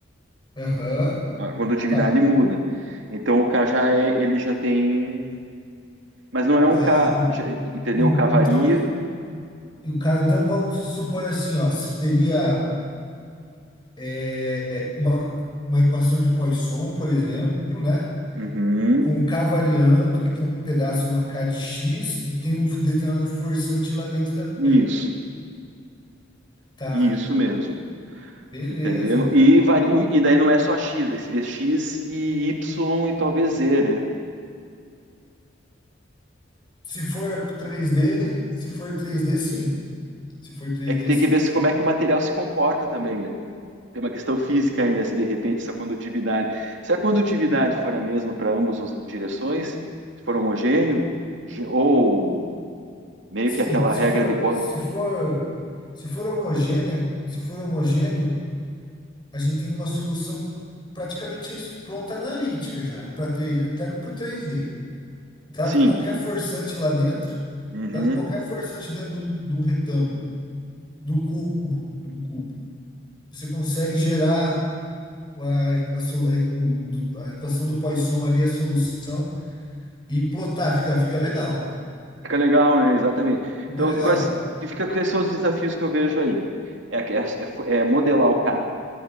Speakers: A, on the left; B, on the right.
A: Aham.
B: A condutividade
A: Tá.
B: muda. Então o K já é, ele já tem, mas não é um
A: Tá.
B: K,
A: E-
B: já- entendeu?
A: e-
B: K
A: então,
B: varia.
A: e o cara, então vamos supor assim, ó. Seria. é, uma, uma equação de Poisson, por exemplo, né?
B: Uhum,
A: Com o K variando, que tem um pedaço de uma K de X e tem um determinado forçante lá dentro também.
B: isso,
A: Tá,
B: isso mesmo,
A: beleza,
B: entendeu?
A: cara.
B: E, varia, e daí não é só X, daí seria X e Y e talvez Z, né?
A: Se for 3D, se for 3D, sim. Se for 3D,
B: É que tem
A: sim.
B: que ver se como é que o material se comporta também, né? Tem uma questão física aí, né? Se de repente essa condutividade, se a condutividade for a mesma para ambas as direções, se for homogêneo, ge- ou meio
A: Sim,
B: que aquela
A: se
B: regra
A: for,
B: de Poisson,
A: se for, se for homogênea, se for homogêneo, a gente tem uma solução praticamente isso, pronta analítica já, para até para o 3D. Dado
B: Sim,
A: qualquer forçante lá dentro,
B: Uhum.
A: dado qualquer forçante dentro de um, de um retângulo, de um cubo, de um cubo, você consegue gerar a, a so- é, o- do- a equação do Poisson ali, a solução, e plotar, fica, fica legal.
B: Fica legal, né? Exatamente.
A: Fica
B: Então,
A: legal.
B: quais, que fica, quais são os desafios que eu vejo aí? É, é, é modelar o K